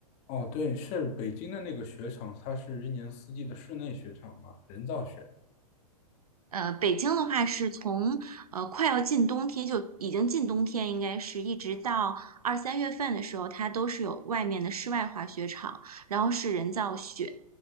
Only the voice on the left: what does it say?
哦，对，是北京的那个雪场，它是一年四季的室内雪场嘛，人造雪。